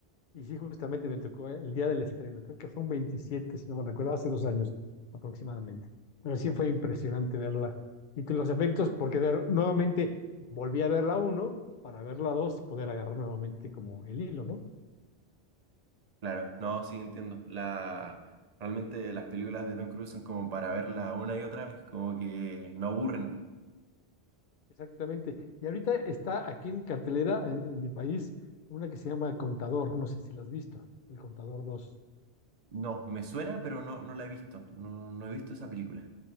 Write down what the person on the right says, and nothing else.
Claro, no, sí entiendo. La, realmente las películas de Tom Cruise son como para verla una y otra vez, como que no aburren.
No, me suena, pero no, no la he visto. No, no he visto esa película.